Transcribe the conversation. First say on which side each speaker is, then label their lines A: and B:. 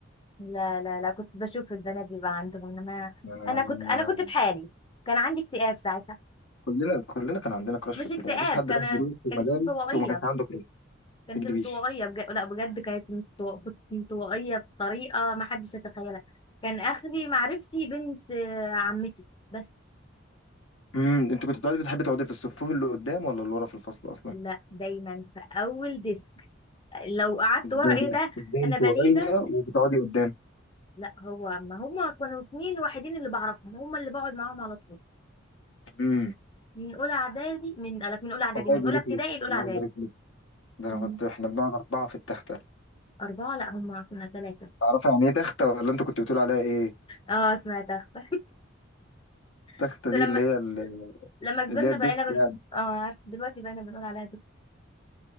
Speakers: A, on the left; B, on the left.
A: لا لا لا كنت بشوف البنات بيبقى عندهم انما
B: آه،
A: انا كنت انا كنت بحالي كان عندي اكتئاب ساعتها
B: كلنا كلنا كان عندنا كراش
A: مش
B: في ابتدائي
A: اكتئاب
B: ما فيش حد
A: كان
B: راح دروس في المدارس
A: كانت انطوائيه
B: وما كانش عنده
A: كانت
B: تكدبيش
A: انطوائيه بج... لا بجد كانت انطو... كنت انطوائيه بطريقه ما حدش يتخيلها كان اخري معرفتي بنت آه، عمتي بس
B: امم انت كنت بتقعدي بتحبي تقعدي في الصفوف اللي قدام ولا اللي ورا في الفصل اصلا
A: لا دايما في اول ديسك لو قعدت
B: ازاي
A: ورا ايه
B: بقى
A: ده
B: ازاي
A: انا
B: انطوائيه
A: بليده
B: وبتقعدي قدام
A: لا هو ما هما كانوا اتنين وحيدين اللي بعرفهم هما اللي بقعد معاهم على طول
B: امم
A: من اولى اعدادي من قالك من اولى اعدادي
B: الله
A: من
B: يبارك
A: اولى ابتدائي
B: لك
A: لاولى
B: الله
A: اعدادي
B: يبارك لك ده
A: مم.
B: انا كنت احنا بنقعد اربعه في التخته
A: أربعة لا هما كنا ثلاثة
B: تعرفي يعني ايه تخته ولا انت كنت بتقول عليها ايه
A: اه سمعت أخطر <laughs>
B: التخته
A: بس لما
B: دي اللي هي ال-
A: لما كبرنا
B: اللي هي الديسك
A: بقينا
B: يعني
A: بن اه عارف دلوقتي بقينا بنقول عليها كسر